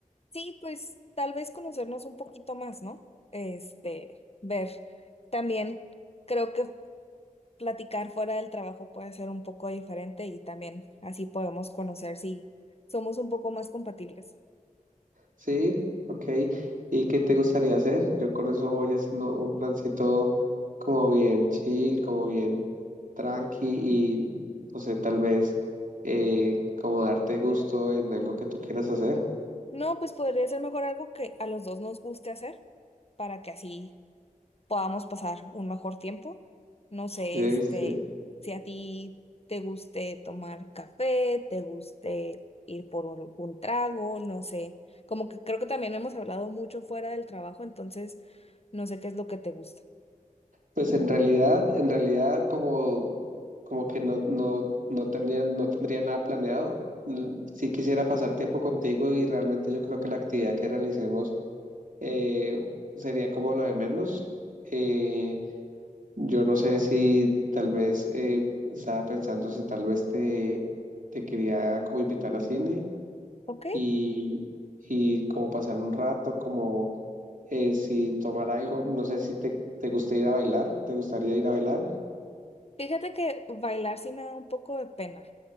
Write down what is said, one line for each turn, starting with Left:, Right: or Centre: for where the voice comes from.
Left: Sí, pues tal vez conocernos un poquito más, ¿no? Este, ver. También creo que platicar fuera del trabajo puede ser un poco diferente y también así podemos conocer si somos un poco más compatibles.
Right: Sí, ok. ¿Y qué te gustaría hacer? Yo con eso voy haciendo un plancito como bien chill, como bien tranqui y no sé, tal vez eh, como darte gusto en algo que tú quieras hacer.
Left: No, pues podría ser mejor algo que a los dos nos guste hacer para que así podamos pasar un mejor tiempo. No sé,
Right: Oye,
Left: este,
Right: sí.
Left: si a ti te guste tomar café, te guste ir por un un trago, no sé. Como que creo que también hemos hablado mucho fuera del trabajo, entonces no sé qué es lo que te gusta.
Right: Pues en realidad, en realidad como, como que no, no, no tenía, no tendría nada planeado. Mm, Sí quisiera pasar tiempo contigo y realmente yo creo que la actividad que realicemos eh, sería como lo de menos. Eh, Yo no sé si tal vez eh, estaba pensando si tal vez te, te quería como invitar a cine
Left: ¿Ok?
Right: y, y como pasar un rato, como eh, si tomar algo, no sé si te, te gusta ir a bailar, ¿te gustaría ir a bailar?
Left: Fíjate que bailar sí me da un poco de pena.